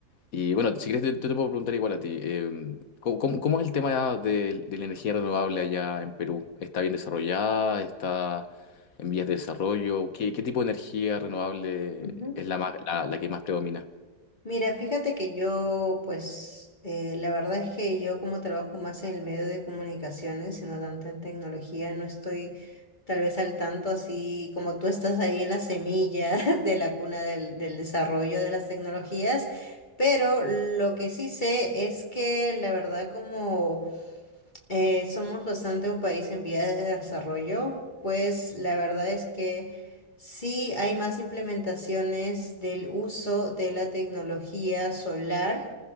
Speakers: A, on the left; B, on the left.
A: y bueno, si quieres, yo te puedo preguntar igual a ti. em, ¿cómo, cómo- cómo es el tema de, de la energía renovable allá en Perú? ¿Está bien desarrollada? ¿Está en vías de desarrollo? ¿Qué, qué tipo de energía renovable
B: ujú.
A: es la, más, la, la que más predomina?
B: Mira, fíjate que yo, pues, eh, la verdad es que yo como trabajo más en el medio de comunicaciones sino tanto en tecnología, no estoy tal vez al tanto así como tú estás ahí en la semilla <laughs> de la cuna del, del desarrollo de las tecnologías, pero lo que sí sé es que la verdad como eh, somos bastante un país en vías de desarrollo, pues la verdad es que sí hay más implementaciones del uso de la tecnología solar